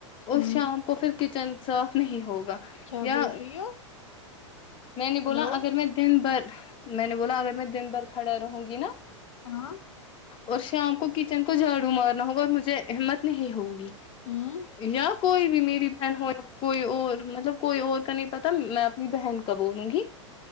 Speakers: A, on the left; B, on the left.
A: اس
B: ہوں
A: شام کو پھر کچن صاف نہیں ہوگ و
B: کیا
A: یا
B: بول رہی ہو
A: میں نے
B: ہیلو
A: بولا اگر میں دن بھر میں نے بولا اگر میں دن بھر کھڑا رہوں گی نا
B: ہاں
A: اور شام کو کچن کو جھاڑو مارنا ہوگا اور مجھے احمت نہیں ہوگی
B: ہوں
A: یا کوئی بھی میری بہن ہو کوئی اور مطلب کوئی اور کا نہیں پتا میں اپنی بہن بولوں گی